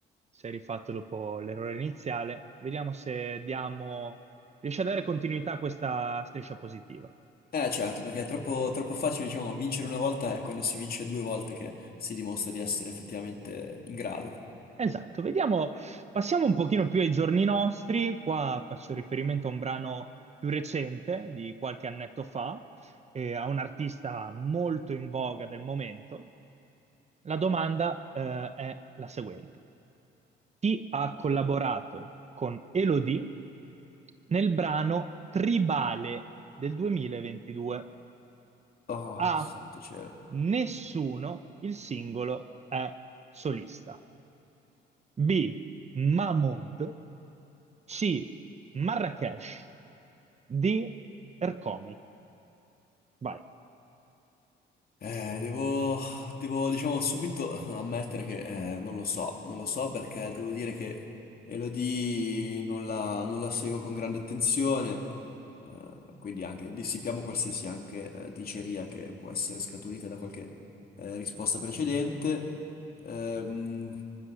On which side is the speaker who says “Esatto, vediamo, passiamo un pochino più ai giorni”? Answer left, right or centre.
Right